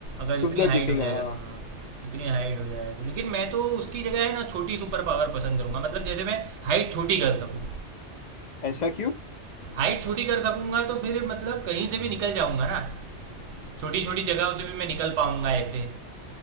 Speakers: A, on the right; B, on the left.
A: अगर
B: सुंदर
A: इतनी हाइट
B: दिखेगा
A: हो जाएगा
B: हाँ
A: तो हाँ इतनी हाइट हो जाएगा तो लेकिन मैं तो उसकी जगह है ना छोटी सुपर पावर पसंद करूंगा मतलब जैसे मैं हाइट छोटी कर सकूँ
B: ऐसा क्यों
A: हाइट छोटी कर सकूंगा तो फिर मतलब कहीं से भी निकल जाऊंगा ना छोटी छोटी जगहों से भी मैं निकल पाऊंगा ऐसे